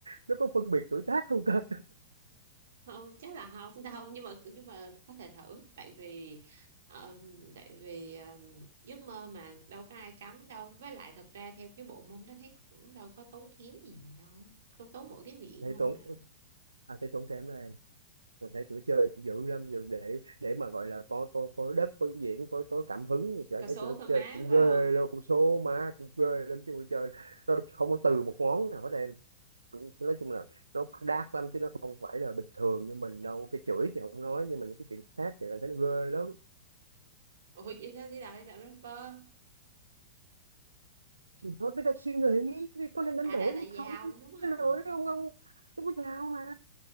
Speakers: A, on the right; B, on the right.
A: nó có phân biệt tuổi tác không ta
B: không chắc là không <laughs> đâu nhưng mà nhưng mà có thể thử tại vì ờ, tại vì ờ, giấc mơ mà đâu có ai cấm đâu với lại thật ra theo cái bộ môn đó thấy cũng đâu có tốn kém gì đâu có tốn mỗi cái miệng
A: thấy
B: không
A: tốn
B: mà
A: anh thấy tốn kém đó em mình thấy tụi chơi cũng dữ lắm rồi để để mà gọi là có có có đất có diễn có có cảm hứng thì anh
B: có
A: thấy
B: số
A: tụi nó
B: có má
A: chơi cũng
B: phải
A: ghê
B: không
A: luôn cũng số má cũng ghê lắm chứ tụi chơi nó không có từ một món nào hết em nói chung là nó dark lắm chứ nó không phải là bình thường như mình đâu cái chửi thì không nói nhưng mà những cái chuyện khác thì anh thấy nó ghê lắm
B: ủa vậy sao đi làm đi làm rapper
A: thì thôi biết đặt suy nghĩ thì có nên đánh
B: à
A: đổi
B: là là
A: hay
B: giàu
A: không
B: đúng không
A: đánh đổi không không không có giàu mà